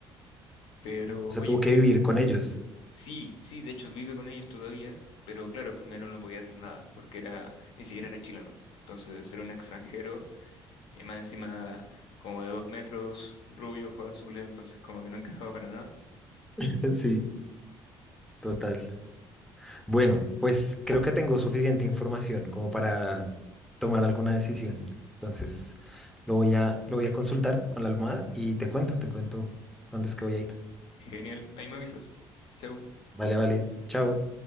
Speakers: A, on the left (about 75°); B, in the centre.
A: Pero,
B: O sea,
A: oye,
B: tuvo
A: mira,
B: que vivir con ellos.
A: Sí, sí, de hecho vive con ellos todavía, pero claro, primero no podía hacer nada, porque era, ni siquiera era chileno. Entonces era un extranjero, y más encima como de dos metros, rubio, ojos azules, entonces como que no encajaba para nada.
B: <laughs> Sí, total. Bueno, pues creo que tengo suficiente información como para tomar alguna decisión. Entonces, lo voy a, lo voy a consultar con la almohada y te cuento, te cuento cuándo es que voy a ir.
A: Genial, ahí me avisas. Chau.
B: Vale, vale. Chao.